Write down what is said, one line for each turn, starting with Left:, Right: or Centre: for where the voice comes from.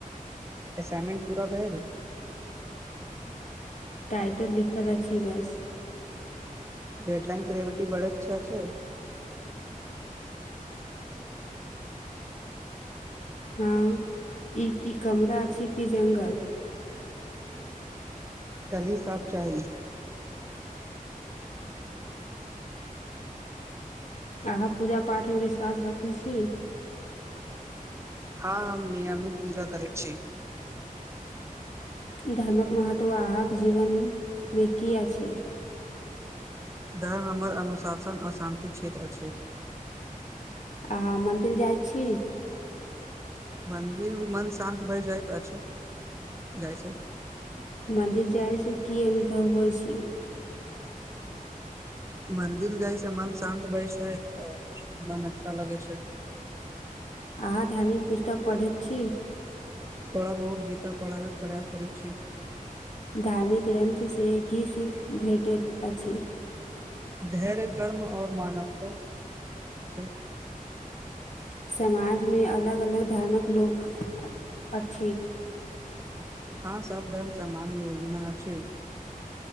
Right: असाइनमेंट पूरा भेल
Left: टाइटल लिखल अछि बस
Right: डेडलाइन क्रेविटी बढै बाला छै <unintelligible>
Left: हँ ई ई कमरा छै कि जंगल
Right: काल्हि साफ चाही
Left: अहाँ पूजा पाठमे विश्वास रखै छी
Right: हँ हम नियमित पूजा करैत छी
Left: धर्मक महत्व अहाँके जीवनमे की अछि
Right: धर्म हमर अनुशासन अशान्ति क्षेत्र अछि
Left: अहाँ मन्दिल जाइ छी
Right: मन्दिर मे मन शान्त भइ जाइत अछि जाइ से
Left: मन्दिर जायसँ की अनुभव होइ छी
Right: मन्दिर जाइ छै मन शान्त भै छै मन अच्छा लगै छै <inaudible>
Left: अहाँ धार्मिक पुस्तक पढ़ैत छी
Right: थोरा बहुत गीता पढ़ाबेके प्रयास करैत छी
Left: धार्मिक ग्रन्थसँ की सिख भेटैत अछि
Right: धैर्य कर्म ओर तऽ छै
Left: समाजमे अलग अलग धर्मक लोक अथि
Right: ह सब धर्म सामान योगना अछि